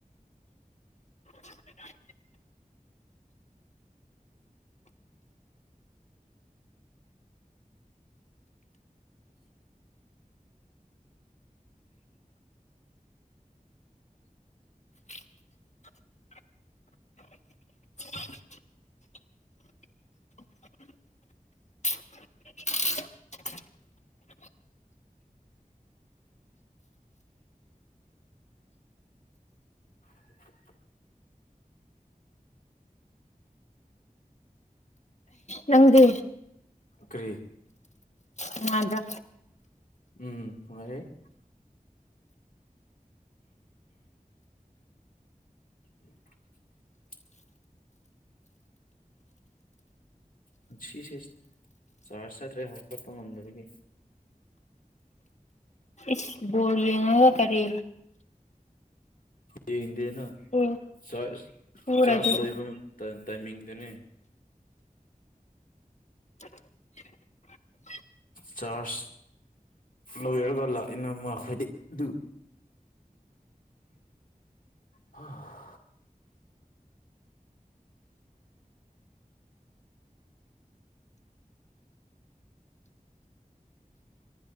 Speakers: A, on the left; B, on the left.
A: <inaudible>
B: <inaudible>
A: <inaudible> <inaudible>
B: <inaudible>
A: ꯅꯪꯗꯤ
B: ꯀ꯭ꯔꯤ
A: ꯅꯨꯉꯥꯏꯕ꯭ꯔꯥ
B: ꯎꯝ ꯅꯨꯉꯥꯏꯔꯤ <inaudible> ꯄꯨꯟꯁꯤꯁꯦ ꯆꯥꯔꯖ ꯆꯠꯇ꯭ꯔꯦ ꯍꯧꯒꯠꯄ ꯉꯝꯗꯕꯒꯤ
A: ꯏꯁ ꯕꯣꯜ ꯌꯦꯡꯉꯒ ꯀꯔꯤ
B: ꯌꯦꯡꯗꯦꯅ
A: ꯎ
B: ꯆꯔꯖ
A: ꯎꯔꯗꯤ
B: ꯆꯔꯖ ꯂꯣꯏꯕ ꯇꯥꯏ ꯇꯥꯏꯃꯤꯡꯗꯨꯅꯦ
A: <inaudible>
B: ꯆꯥꯔꯖ ꯂꯣꯏꯔꯒ ꯂꯥꯛꯏꯅ ꯃꯥ ꯍꯥꯏꯗꯤ ꯑꯗꯨ ꯍꯥ